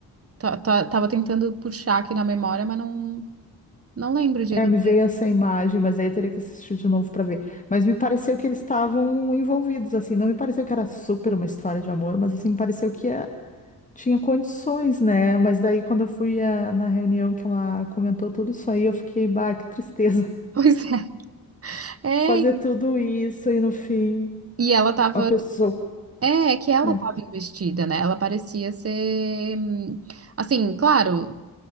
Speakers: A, on the right; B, on the left.
A: tá- tá- Tava tentando puxar aqui na memória, mas não. Não lembro de
B: É,
A: ele.
B: me
A: ter.
B: veio
A: <laughs>
B: essa imagem, mas aí eu teria que assistir de novo pra ver. Mas me pareceu que eles estavam envolvidos, assim. Não me pareceu que era super uma história de amor, mas assim, me pareceu que eh, tinha condições, né? Mas daí, quando eu fui ah, na reunião que ela comentou tudo isso aí, eu fiquei, bah, que tristeza.
A: Pois é. É,
B: fazer tudo isso e no fim
A: e ela tava.
B: a pessoa.
A: É, é que ela
B: É,
A: tava investida, né? Ela parecia ser. hum, Assim, claro,